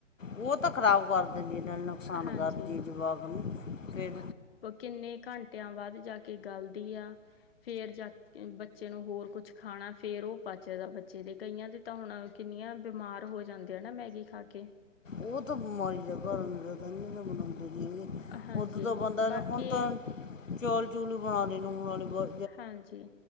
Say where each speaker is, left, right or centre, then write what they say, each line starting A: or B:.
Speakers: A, on the left; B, on the left.
A: ਉਹ ਤਾਂ ਖਰਾਬ ਕਰ ਦਿੰਦੀ ਨਾਲ ਨੁਕਸਾਨ
B: ਹਾਂਜੀ
A: ਕਰਦੀ ਜਵਾਕ ਨੂੰ ਫਿਰ।
B: ਕਿਨੇ ਘੰਟਿਆਂ ਬਾਦ ਜਾ ਕੇ ਗੱਲਦੀ ਆ। ਫੇਰ ਜਾ ਬੱਚੇ ਨੂੰ ਹੋਰ ਕੁਛ ਖਾਣਾ, ਫੇਰ ਉਹ ਪਚਦਾ ਬੱਚੇ ਦੇ ਕਈਆਂ ਦੇ ਤਾਂ ਹੁਣ। ਕਿਨੀਆਂ ਬਿਮਾਰ ਹੋ ਜਾਂਦੀ ਆ ਨਾ ਮੈਗੀ ਖਾ ਕੇ।
A: ਉਹ ਤਾਂ ਬਿਮਾਰੀ ਦਾ ਘਰ ਮੈਨੂੰ ਲੱਗਦਾ।
B: ਹਾਂਜੀ
A: ਉਦੋ ਤਾਂ ਬੰਦਾ
B: ਬਾਕੀ
A: ਹੁਣ ਤਾਂ ਚੌਲ ਚੂਲ ਹੀ ਬਣਾ ਲੈ ਲੂਣ ਵਾਲੇ ਬ।
B: ਹਾਂਜੀ,